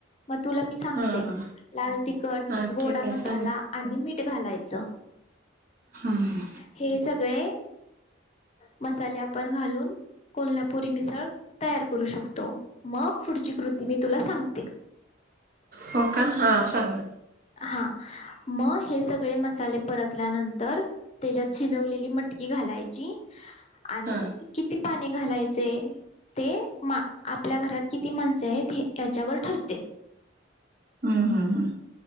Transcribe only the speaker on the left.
मग तुला मी सांगते,
लाल तिखट,
गोडा
मसाला
आणि मिठ. घालायचं.
हे सगळे. मसाले पण घालून, कोल्हापुरी मिसळ. तयार करू शकतो, मग पुढची कृती तुला सांगते.
हा, मग हे सगळे मसाले परतल्यानंतर त्याच्यात शिजवलेली मट की घालायची आणि
<unintelligible> पाणी घालायचे, ते आपल्या घरात किती माणसे आहेत याच्यावर ठरते.